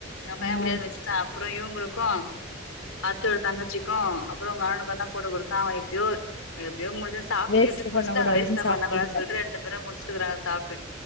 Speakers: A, on the left; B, on the left.
A: யென் பையன்
B: ஆ
A: பிரியாணி வச்சுட்டா ப்றோ இவ்ங்ளுக்கு அத்தையோட தங்கச்சிக்கு அப்புறோ உங்க அண்ணனுக்குந்தா போட்டு குடுத் தவுங்க எப்பனடியோ எப்டியோ முள்ள ம சாப்ட்டு
B: வேஸ்ட்
A: கீப்ட்டு முடிச்டாங்
B: பண்ண கூடாதுன்னு
A: வேஸ்ட்
B: சாப்ட்டுருந்த
A: பண்ண கூடாது சொல்லிட்டு ரெண்டு பேரு முடிச்டுக்கிறாங்க சாப்ட்டு